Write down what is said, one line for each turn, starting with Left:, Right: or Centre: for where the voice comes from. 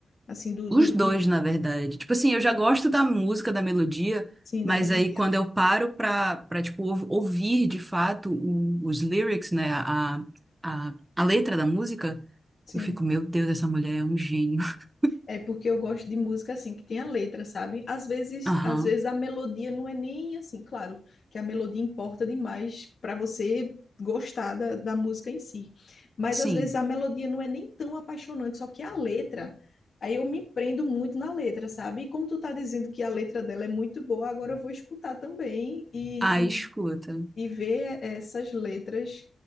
Left: Assim, do,
Right: Os
Left: do,
Right: dois,
Left: do-
Right: na verdade. Tipo assim, eu já gosto da música, da melodia,
Left: sim,
Right: mas
Left: da melodia.
Right: aí quando eu paro pra, pra tipo, ouv- ouvir de fato o- os lyrics, né, a, a, a letra da música,
Left: Sim.
Right: eu fico, meu Deus, essa mulher é um gênio. <laughs>
Left: É porque eu gosto de música assim que tem a letra, sabe? Às vezes,
Right: Aham,
Left: às vezes a melodia não é nem assim, claro, que a melodia importa demais para você gostar da, da música em si. Mas
Right: sim.
Left: às vezes a melodia não é nem tão apaixonante, só que a letra, aí eu me prendo muito na letra, sabe? E como tu tá dizendo que a letra dela é muito boa, agora eu vou escutar também e,
Right: Aí escuta.
Left: e, e ver essas letras